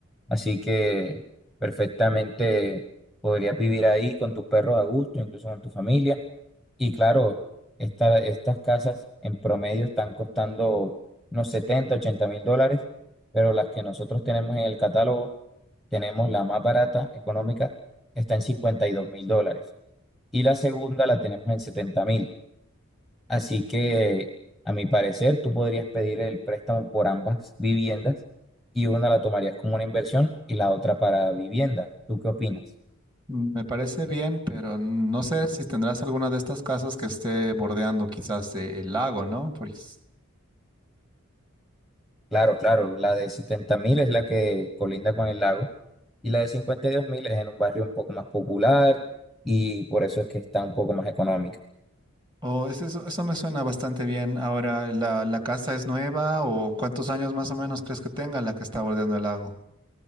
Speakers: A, in the centre; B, on the right (about 20°).
A: así que perfectamente podrías vivir ahí con tus perros a gusto, incluso con tu familia. Y claro, esta- estas casas en promedio están costando unos 70 80 mil dólares, pero las que nosotros tenemos en el catálogo, tenemos la más barata, económica, está en cincuenta y dos mil dólares. Y la segunda la tenemos en setenta mil. Así que, a mi parecer, tú podrías pedir el préstamo por ambas viviendas y una la tomarías como una inversión y la otra para vivienda. ¿Tú qué opinas?
B: Me parece bien, pero no sé si tendrás alguna de estas casas que esté bordeando quizás eh, el lago, ¿no? Porque s-
A: Claro, claro, la de setenta mil es la que colinda con el lago. Y la de cincuenta y dos mil es en un barrio un poco más popular y por eso es que está un poco más económica.
B: Oh, es- eso, eso me suena bastante bien. Ahora, ¿la, la casa es nueva o cuántos años más o menos crees que tenga la que está bordeando el lago?